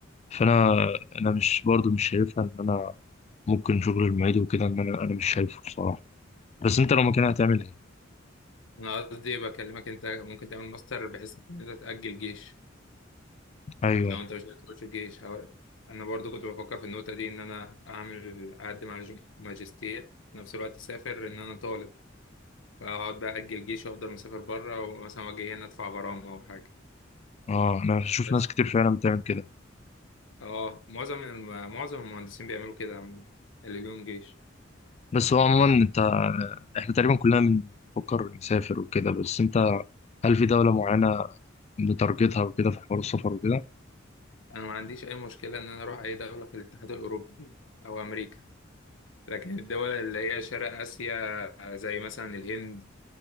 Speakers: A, on the left; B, on the left.
A: فانا انا مش برضو مش شايفها ان انا ممكن شغل المعيد وكده ان انا انا مش شايفه بصراحه بس انت لو مكانها هتعمل ايه
B: انا قصدي بكلمك انت ممكن تعمل ماستر بحيث ان انت تأجل جيش
A: ايوه
B: لو انت مش عايز تخش الجيش هو- انا برضو كنت بفكر في النقطه دي ان انا اعمل اقدم على جم- ماجستير في نفس الوقت اسافر ان انا طالب فاقعد بقى اجل جيش وافضل مسافر بره ومثلا واجي هنا ادفع غرامه او حاجه
A: اه انا بشوف
B: بس
A: ناس كتير فعلا بتعمل كده
B: اه معظم الم... معظم المهندسين بيعملوا كده عموما اللي ليهم جيش
A: بس هو عموما انت احنا تقريبا كلنا بنفكر نسافر وكده بس انت هل في دولة معينة بتارجتها وكده في حوار السفر وكده؟
B: انا ما عنديش اي مشكله ان انا اروح اي دوله في الاتحاد الاوروبي او امريكا لكن الدول اللي هي شرق اسيا زي مثلا الهند